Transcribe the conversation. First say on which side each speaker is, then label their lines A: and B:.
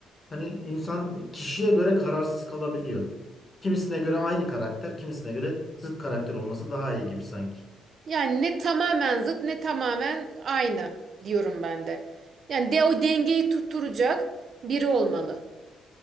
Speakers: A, on the left; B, on the right.
A: hani insan kişiye göre kararsız kalabiliyor. Kimisine göre aynı karakter, kimisine göre zıt karakter olması daha iyi gibi sanki.
B: Yani ne tamamen zıt ne tamamen aynı diyorum ben de. Yani de o dengeyi tutturacak biri olmalı.